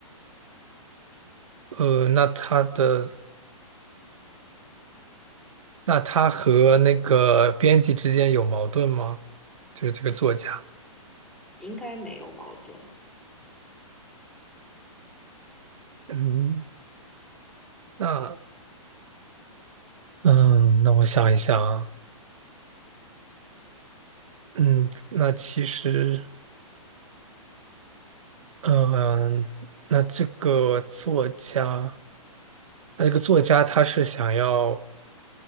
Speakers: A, on the right; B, in the centre.
A: 呃，那他的那他和那个编辑之间有矛盾吗？就是这个作家。
B: 应该没有矛盾。
A: 嗯，那嗯，那我想一想啊，嗯，那其实嗯，那这个作家，那这个作家他是想要，